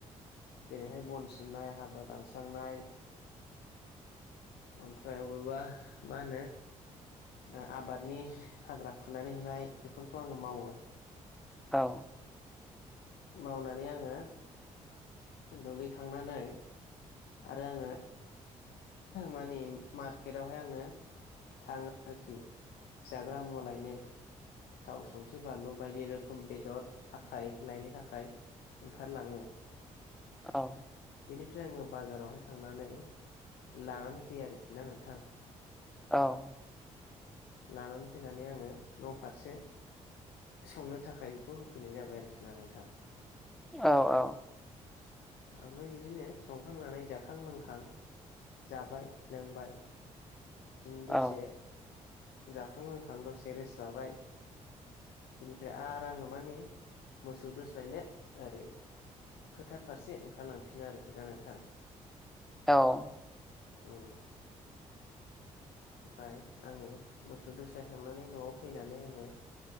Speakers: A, on the left; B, in the centre.
A: जेरैहाय बन सिनाय हाग्रा दानस्रांनाय ओमफ्राय अबेबा मा होनो ओ आबादनि हाग्रा फुनानै होनाय बेफोरखौ आङो मावो
B: औ
A: मावनानै आङो दुगैखांनानै आरो आङो माने मार्केटआवहाय आङो थाङो आरोखि जाग्रा मुवालायनो थाव, संख्रि, बानलु बायदि रोखोम बेदर आखाय लायनो थाखाय ओंखारलाङो।
B: औ
A: बेनिफ्राय आङो बाजारावहाय थांनानै लानानै फैयो आरोखि ना नोंथां।
B: औ
A: लानानै फैनानै आङो न फारसे संनो थाखाय बेखौ होफैनाय जाबाय आरोखि ना नोंथाङा।
B: औ औ
A: ओमफ्राय बिदिनो संखांनानै जाखां लोंखां जाबाय लोंबाय बिदिनो
B: औ
A: दसे जाखां लोंखां दसे रेस लाबाय बेनिफ्राय आरो आङो माने मोसौ दोसलायनो ओरै फोथार फारसे ओंखारलांफिनो आरोखि ना नोंथां।
B: औ
A: ओम ओमफ्राय आङो मोसौ दोस्लायखांनानै न'आव फैनानै आङो